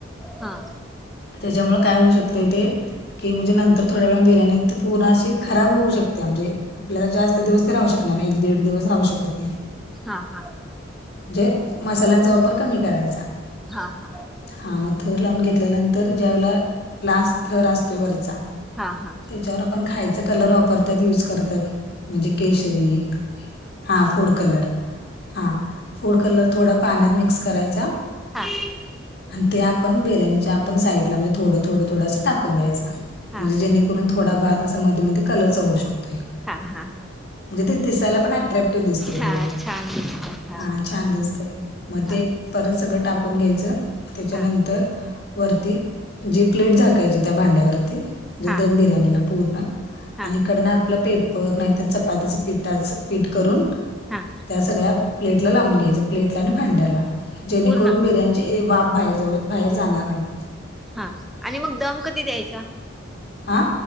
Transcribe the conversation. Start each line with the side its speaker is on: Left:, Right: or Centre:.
Centre: हा.
Left: त्याच्यामुळे काय होऊ शकते ते की म्हणजे नंतर थोड्या वेळा बिर्याणी पूर्ण ते अशी खराब होऊ शकतेया. म्हणजे आपल्याला जास्त दिवस ते राहू शकणार नाही. एक दीड दिवस राहू शकत नाही.
Centre: हा हा.
Left: म्हणजे मसाल्यांचा वापर कमी करायचा.
Centre: हा हा.
Left: हा म थर लावून घेतल्यानंतर ज्यावेळेला, लास्ट थर असतोय वरचा.
Centre: हा हा हा
Left: त्याच्यावर आपण खायचा कलर वापरतात. युज करतात. म्हणजे केशरी. हा फूड कलर. हा. फूड कलर थोडा पाण्यात मिक्स करायचा.
Centre: हां.
Left: अण ते आपण, बिर्याणीच्या आपण साईटला म्हणजे थोडं थोडं थोडं असं टाकून द्यायचं.
Centre: हा
Left: म्हणजे
Centre: हा
Left: जेणेकरून थोडा भात असा मध्ये मध्ये कलरचा होऊ शकतोय.
Centre: हां हां ह.
Left: म्हणजे ते दिसायला पण अट्रॅक्टिव दिसते पूर्ण.
Centre: हा छान दिसत
Left: हा छान दिसते. म
Centre: हा
Left: ते परत सगळं टाकून घ्यायचं. त्याच्यानंतर
Centre: हा
Left: वरती जे प्लेट झाकायची त्या भांड्यावरती. म्हणजे
Centre: हा
Left: दम बिर्याणीला पूर्ण.
Centre: हा
Left: आणि कडन आपलं पेपर. नाही तर चपातीचं पीठाचं पीठ करून
Centre: हा
Left: त्या सगळ्या प्लेटला लावून घ्यायच. प्लेटला आणि भांड्याला. जेणेकरून
Centre: पूर्ण
Left: बिर्याणी ते वाफ बाहेर जाऊ बाहेर जाणार नाही.
Centre: हा आणि मग दम कधी द्यायचा.
Left: आ